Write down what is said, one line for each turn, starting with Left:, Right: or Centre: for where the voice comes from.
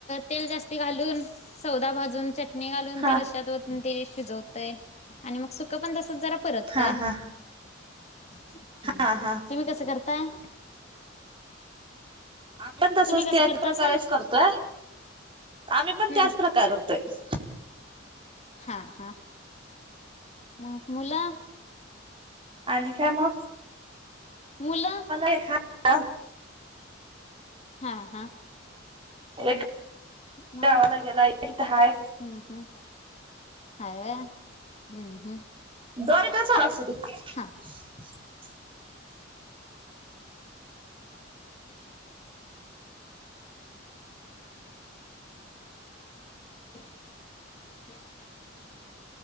Left: तेल जास्त घालून सौदा भाजून चटणी घालून
Right: हा
Left: त्या रशतत शिजत आणि मग सु पण जरा परततय
Right: हा हा
Left: हम्म
Right: हा
Left: तुम्ही
Right: हा
Left: कसं करताय
Right: आम्ही पण तसच
Left: तुम्ही कसं
Right: त्याच
Left: करतासा?
Right: प्रकारेच करतोय आम्ही पण
Left: हम्म
Right: त्याच प्रकार करतोय
Left: हा हा मग मुलं
Right: आणिज काय मघ
Left: मुलं
Right: य खा ह
Left: हा हा
Right: अ
Left: मग
Right: गावाला गेला एकहाय
Left: हम्म हम्म हाय व्हय, हम्म हम्म
Right: <unintelligible> <inaudible>
Left: हा <inaudible>